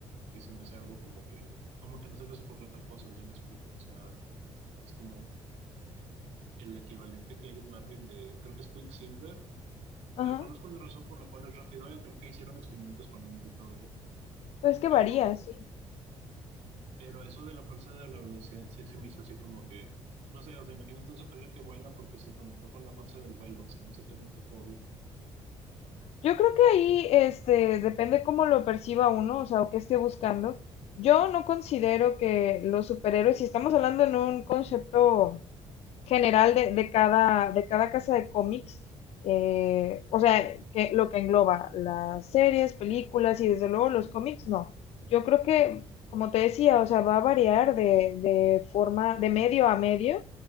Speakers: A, on the right; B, on the left.
A: y se me hace algo como que, como que no se les ocurrió otra cosa, si me explico. O sea, es como el equivalente que hay en Marvel de, creo que es Quicksilver.
B: Ajá,
A: Desconozco la razón por la cual es rápido él, creo que hicieron experimentos con él y todo eso,
B: pues que
A: pero,
B: varía, sí.
A: pero eso de la fuerza de la velocidad sí se me hizo así como que, no sé, o sea, imagínate un superhéroe que vuela porque se conectó con la fuerza del vuelo, o sea, no se te hace un poco obvio.
B: Yo creo que ahí, este, depende cómo lo perciba uno, o sea, o qué esté buscando. Yo no considero que los superhéroes, si estamos hablando en un concepto general de, de cada, de cada casa de cómics, eh, o sea, que lo que engloba las series, películas y desde luego los cómics, no. Yo creo que, como te decía, o sea, va a variar de, de forma, de medio a medio,